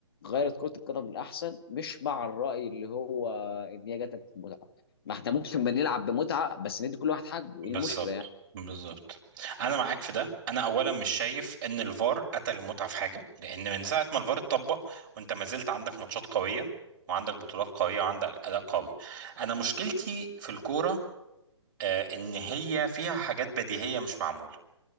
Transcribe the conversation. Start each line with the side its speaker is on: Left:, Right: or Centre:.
Left: غيرت كرة القدم للأحسن مش مع الرأي اللي هو إن هي جاتك في المتعة ما احنا ممكن بنلعب بمتعة بس ندي كل واحد حقه ايه
Right: بالظبط
Left: المشكلة يعني
Right: بالظبط انا معاك في ده انا اولا مش شايف ان الفار قتل المتعه في حاجه لان من ساعه ما الفار اتطبق وانت ما زلت عندك ماتشات قويه وعندك بطولات قويه وعندك اداء قوي انا مشكلتي في الكوره آه، ان هي فيها حاجات بديهيه مش معموله